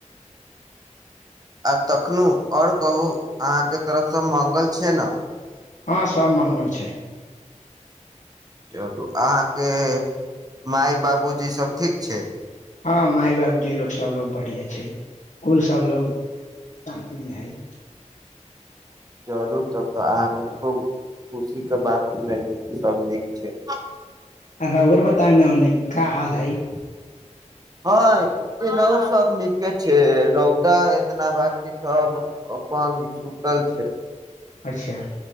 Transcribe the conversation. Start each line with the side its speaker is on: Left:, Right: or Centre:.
Right: आ तखनो और कहू अहाँके तरफ सब मंगल छैय ने?
Left: हँ सब मंगल छैय।
Right: चलू अहाँके माय बाबूजी सब ठीक छैय?
Left: हँ माय बाबूजी लोग सब लोग बढ़िया छैय कुल सब लोग शान्तिमे हइ।
Right: चरू तब तऽ अहाँके खुब खुशी के बात सुनै सब नीक छैय।
Left: रुहूआ बताउ ने ओने क का हाल हय?
Right: हँ एनाहु सब नीक के छैय रौदा एतना बा ई सब अपन सुतल छैय।
Left: अच्छा